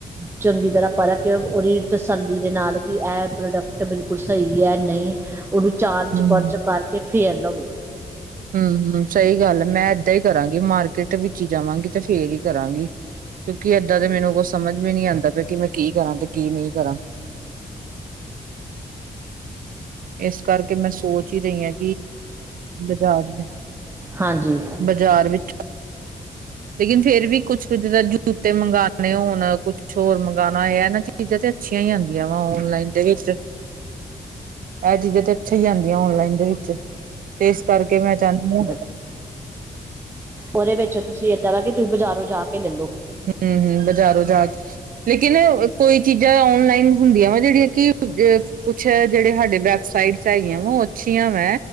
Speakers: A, on the right (about 15°); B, on the right (about 70°).
A: ਚੰਗੀ ਤਰ੍ਹਾਂ ਪਰ੍ਹ ਕਿ ਉਹਦੀ ਤਸੱਲੀ ਦੇ ਨਾਲ ਕਿ ਇਹ ਪ੍ਰੋਡਕਟ ਬਿਲਕੁਲ ਸਹੀ ਹੈ ਨਹੀਂ ਉਹਨੂੰ ਚਾਰ ਚ
B: ਹੂੰ।
A: ਪਰਚ ਕਰਕੇ ਫੇਿਰ ਲਵੋ
B: ਹਮ ਹਮ ਸਹੀ ਗੱਲ ਹੈ ਮੈਂ ਇਏਦਾਂ ਹੀ ਕਰਾਂਗੀ ਮਾਰਕੀਟ ਵਿੱਚ ਹੀ ਜਾਵਾਂਗੀ ਤੇ ਫੇਰ ਹੀ ਕਰਾਂਗੀ ਕਿਉਂਕਿ ਏਦਾਂ ਦਾ ਮੈਨੂੰ ਕੁ ਸਮਝ ਵੀ ਨੀ ਆਉਂਦਾ ਪਿਆ ਕਿ ਮੈਂ ਕੀ ਕਰਾਂ ਤੇ ਕੀ ਨਹੀਂ ਕਰਾਂ ਇਸ ਕਰਕੇ ਮੈਂ ਸੋਚ ਹੀ ਰਹੀ ਹਾਂ ਬਾਜ਼ਾਰ
A: ਹਾਂਜੀ
B: ਬਾਜ਼ਾਰ ਵਿੱਚ ਲੇਕਿਨ ਫੇਰ ਵੀ ਕੁਛ ਕੁਝ ਜੂਤੇ ਮੰਗਵਾਉਣੇ ਹੋਣ ਕੁਛ ਹੋਰ ਮੰਗਵਾਉਣਾ ਇਹਨਾਂ ਚੀਜ਼ਾਂ ਤੇ ਅੱਛੀਆਂ ਹੀ ਆਉਂਦੀਆਂ ਵਾ ਓਨਲਾਈਨ ਦੇ ਵਿੱਚ ਇਹ ਚੀਜ਼ਾਂ ਤੇ ਅੱਛਾ ਹੀ ਆਦੀਆਂ ਔਨਲਾਈਨ ਦੇ ਵਿੱਚ ਤੇ ਇਸ ਕਰਕੇ ਮੈਂ ਚਾਹੁੰਦੀ ਹਾਂ
A: ਫ ਉਹਦੇ ਵਿੱਚ ਤੁਸੀਂ ਵਾ ਕਿ ਤੁਸੀਂ ਬਜ਼ਾਰੋਂ ਜਾ ਕੇ ਲੈ ਲਓ
B: ਹਮ ਹਮ ਬਜ਼ਾਰੋਂ ਜਾ ਕੇ ਲੇਕਿਨ ਕੋਈ ਚੀਜ਼ਾਂ ਓਨਲਾਈਨ ਹੁੰਦੀਆਂ ਵਾ ਜਿਹੜੀਆਂ ਕਿ ਕੁਛ ਜਿੜੇ ਸਾਡੇ ਵੈਬਸਾਈਟ ਹੈਗੀਆਂ ਵ ਅੱਛੀਆਂ ਵ